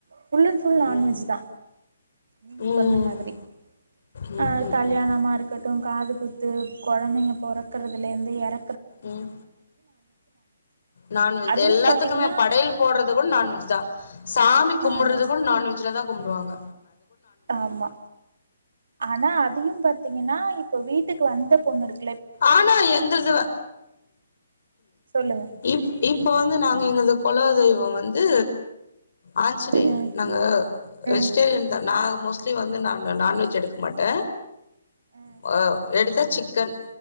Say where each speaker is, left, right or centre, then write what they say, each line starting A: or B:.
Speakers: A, on the right; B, on the left.
A: ஃபுல் அண்ட் ஃபுல் நான்வெஜ்ஜு
B: ம் ம்
A: தா நீங்க
B: ம் ம்
A: சொன்ன மாதிரி
B: ம்
A: ஆ
B: ம்
A: கல்யாணமா
B: ம்
A: இருக்கட்டு காது கு து கொழந்தைங்க பொற க்கர்தலேந்து எற
B: உம் நான்வெஜ்
A: அதுவு
B: எல்லாத்துக்குமே
A: பாத்தீங்கன்னா
B: படயல் போட்றது கூட நான்வெஜ்ஜு தா சா சாமி கும்முடுற்து
A: நான்வெஜ்
B: கூட
A: தா
B: நான்வெஜ்ல தா கும்முடுவாங்க
A: ஆமா ஆனா அதையு பாத்தீங்கனா இப்ப வீட்டு கு வந்த பொண்ணு எடு
B: ஆனா எங்கள்துல
A: சொல்லுங்க
B: இப் இப்ப வந்து நாங்க எங்கள்த கொல தெய்வோ வந்து ஆஞ்சிநேயர்
A: ம்
B: நாங்க வெஜிடேரியன்
A: ம்
B: தா நா மோஸ் இட்லி வந்து ந நான்வெஜ் எடுக்க மாட்ட
A: ம்
B: <unintelligible> எடுத்த சிக்கன்